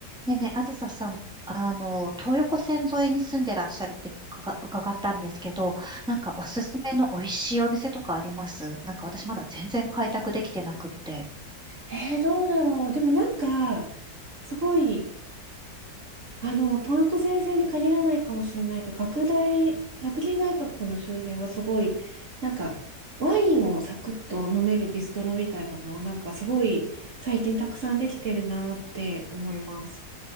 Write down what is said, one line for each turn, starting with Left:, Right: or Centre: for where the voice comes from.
Centre: でね、あずささん、あの、東横線沿いに住んでらっしゃるってかが伺ったんですけど、なんかおすすめの美味しいお店とかありますなんか私まだ全然開拓できてなくって。
Right: えー、どうだろう。でもなんか、すごい、あの、東横先生に限らないかもしれないで、学大、学芸大学の周辺はすごい、なんか、ワインをサクッと飲めるビストロみたいなのは、なんかすごい、最近たくさんできてるなって思います。